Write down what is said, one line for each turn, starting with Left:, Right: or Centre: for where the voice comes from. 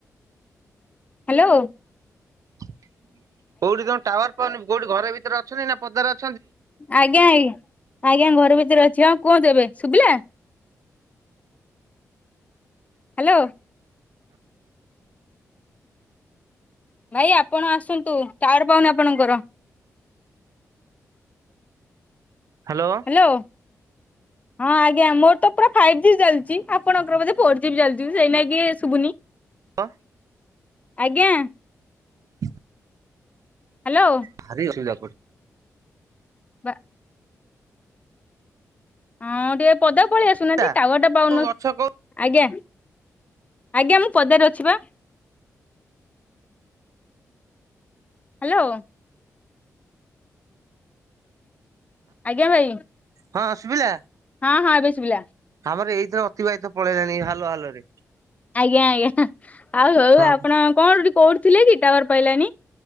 Left: ହାଲୋ।
Right: କୋଉଠି ତମ ଟାୱାର ପାୱାନି କୋଉଠି ଘର ଭିତରେ ଅଛନ୍ତି ନା ପଦାର ଅ
Left: ଆଜ୍ଞା ଆଜ୍ଞା ଆଜ୍ଞା ଘରେ ବି ତରେ ଅଛି ହଁ କୁହନ୍ତ ଏବେ ଶୁଭିଲା? ହାଲୋ। ଭାଇ ଆପଣ ଆସନ୍ତୁ ଟାୱାର ପାଉନି ଆପଣଙ୍କର।
Right: ହାଲୋ।
Left: ହ୍ୟାଲୋ ହଁ ଆଜ୍ଞା ମୋର ତ ପୁରା ଫାଇବ ଜି ଚାଲିଛି ଆପଣଙ୍କର ବଧେ ଫୋର୍ ଜି ବି ଚାଲିଚି ସେଇ ନାଗି ଶୁଭୁନି।
Right: ହ।
Left: ଆଜ୍ଞା।
Right: <inaudible>
Left: ହ୍ୟାଲୋ
Right: ଭାରି ଅସୁବିଧା କ
Left: ବା। ହଁ ଟିକେ ପଦାକୁ ପଳେଇ ଆସୁନାହାନ୍ତି
Right: ତୁ
Left: ଟାୱାର ଟା ପାଉନ
Right: ଗଛ କୋଉ
Left: ଆଜ୍ଞା। ଆଜ୍ଞା ମୁଁ ପଦାରେ ଅଛି ବା। ହାଲୋ। ଆଜ୍ଞା ଭାଇ
Right: ହଁ ଶୁଭିଲା
Left: ହଁ ହଁ ଏବେ ଶୁଭିଲା
Right: ଆମର ଏଇଥିରେ ଅତିବାହିତ ପଳେଇଲାଣି ହାଲ ହାଲ ରେ।
Left: ଆଜ୍ଞା ଆଜ୍ଞା ଆଉ ହଉ
Right: ହଁ
Left: ଆପଣ କଣ କୋଉଠି ଥିଲେ କି ଟାୱାର ପାଇଲାନି।